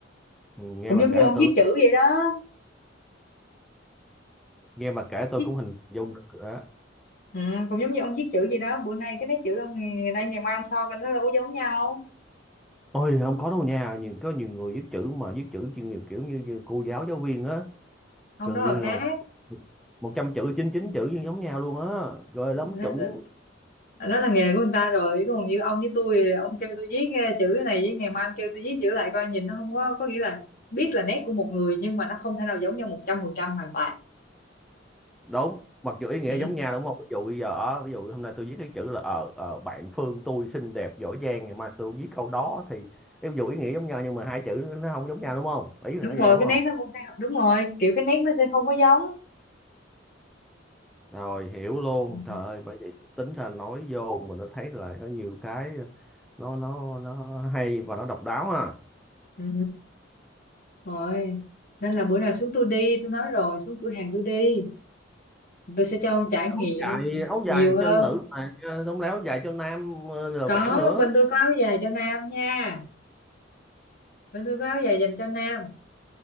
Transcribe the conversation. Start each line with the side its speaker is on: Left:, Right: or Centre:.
Centre: Ừ, Nghe
Left: cũng
Centre: bà
Left: giống như
Centre: kể là
Left: ông
Centre: tôi
Left: viết chữ vậy đó
Centre: nghe bà kể
Left: ông
Centre: tôi
Left: viết
Centre: cũng hình dung được rồi á.
Left: ừ, cũng giống như ông viết chữ vậy đó bữa nay cái nét chữ ông ngày nay ngày mai ông so coi nó đâu có giống nhau
Centre: Ôi không có đâu nha, nhiều có nhiều người viết chữ mà viết chữ chuyên nghiệp kiểu như, như cô giáo giáo viên á,
Left: không
Centre: gần
Left: đó
Centre: như
Left: là
Centre: là
Left: khác
Centre: một một trăm chữ chín chín chữ như giống nhau luôn á, rồi
Left: nó
Centre: lắm chuẩn
Left: đó là nghề của người ta rồi còn như ông với tôi thì ông kêu tôi viết eh, chữ cái này với ngày mai ông kêu tôi viết chữ lại coi nhìn nó không có có nghĩa là biết là nét của một người nhưng mà nó không thể nào giống nhau một trăm phần trăm hoàn toàn
Centre: đúng. Mặc dù ý nghĩa
Left: ừ.
Centre: giống nhau đúng không? Ví dụ bây giờ ờ, ví dụ hôm nay tôi viết cái chữ là ờ ờ, bạn Phương tôi xinh đẹp giỏi giang ngày mai tôi cũng viết câu đó thì ví dụ ý nghĩa giống nhau nhưng mà hai chữ nó không giống nhau đúng không? Ý là
Left: đúng
Centre: nói
Left: rồi
Centre: vậy đúng
Left: cái
Centre: không?
Left: nét nó cũng sẽ đúng rồi kiểu cái nét nó sẽ không có giống
Centre: rồi hiểu luôn
Left: ừ.
Centre: trời ơi bởi vậy tính ra nói vô mình nó thấy là có nhiều cái nó nó nó hay và nó độc đáo ha
Left: Ừ. rồi nên là bữa nào xuống tôi đi tôi nói rồi xuống cửa hàng tôi đi tôi sẽ cho ông trải
Centre: áo
Left: nghiệm
Centre: dài áo
Left: nhiều
Centre: dài
Left: hơn
Centre: cho nữ mà không lẽ áo dài cho nam ờ, rồi
Left: có
Centre: vẽ nữa
Left: bên tôi có áo dài cho nam nha bên tôi có áo dài dành cho nam